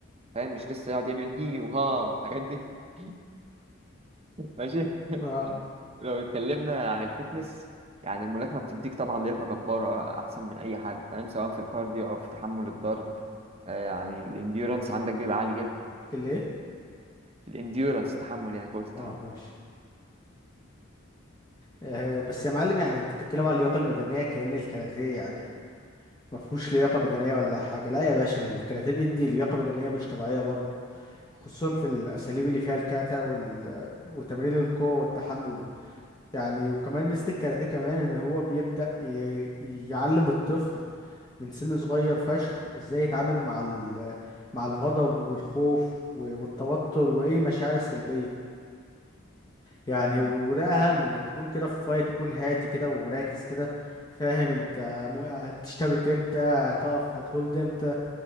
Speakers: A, on the right; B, on the left.
A: فاهم مش لسه يقعد يعمل هي وها الحاجات دي <laughs> ماشي
B: اه
A: <laughs> لو اتكلمنا عن الفتنس يعني الملاكمة بتديك طبعا لياقة جبارة أحسن من أي حد فاهم سواء في الكارديو أو في تحمل الضرب آه، يعني الانديورنس عندك بيبقى عالي جدا
B: اللي ايه
A: الانديورنس تحمل يعني قوة التحمل
B: اه ماشي آه بس يا معلم يعني انت بتتكلم على اللياقه البدنيه كأن الكاراتيه يعني ما فيهوش لياقه بدنيه ولا حاجه لا يا باشا الكاراتيه بيدي لياقه بدنيه مش طبيعيه برضه خصوصا في الاساليب اللي فيها الكاتا وال... وتمرين القوه والتحمل يعني وكمان ميزه الكاراتيه كمان ان هو بيبدا ي... يعلم الطفل من سن صغير فشخ ازاي يتعامل مع ال... مع الغضب والخوف و- والتوتر واي مشاعر سلبيه يعني
A: <laughs> مم.
B: و... وده اهم انك تكون كده في فايت تكون هادي كده وراكز كده فاهم انت مو- هتشتبك امتى هتقف هتهولد امتى